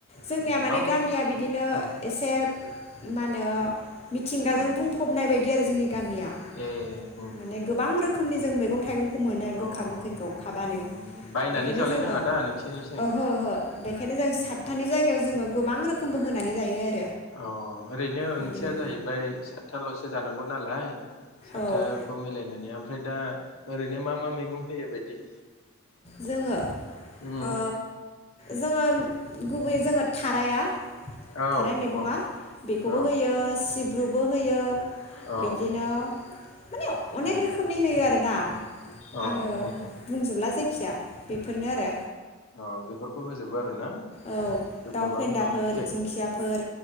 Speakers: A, on the left (about 30°); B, on the left (about 75°).
A: जोंनिया
B: उम
A: माने
B: मा मा
A: गामिया बिदिनो
B: औ
A: एसे मानो? मिथिंगाजों
B: उम
A: बुंफबनाय बायद दि आरो जोंनि गामिया
B: ए उम
A: माने
B: उम उम
A: गोबां रोखोमनि जों मै गं थाइगं खौ मोनो
B: अ
A: गोखा गोखैखौ
B: उम
A: खाबानो
B: उम बायनानै
A: बेखायनो
B: जालायनाङा
A: जोङो
B: दा नोंसोरनिथिं
A: ओहो बेखायनो जों
B: उम
A: सातथानि जायगायाव जोङो गोबां रोखोमबो होनानै जायो आरो।
B: अ ओरैनो ओंथिया
A: बिदिनो
B: जाहैबाय सातथाल'सो जानांगौ नालाय सातथाखौ
A: औ
B: मिलायनानै आम फ्राय दा ओरैनो मा मा मैगं होयो बायदि?
A: जोङो
B: उम
A: ओ जोङो गुबैयै जोङो थाराया
B: औ
A: थाराय मैगंआ
B: औ
A: बेखौबो
B: औ
A: होयो सिब ब्रुबो होयो
B: अ
A: बिदिनो माने अनेक
B: उम
A: रोखोमनि होयो आरो ना
B: अ उम
A: आङो
B: उम
A: बुंजोबला जायख खि जाया बेफोरनो आरो।
B: अ बेफोरखौ होजोबो आरो ना
A: औ
B: गो-गोबां
A: दाउ फेन्दाफोर
B: दं के
A: दिंखियाफोर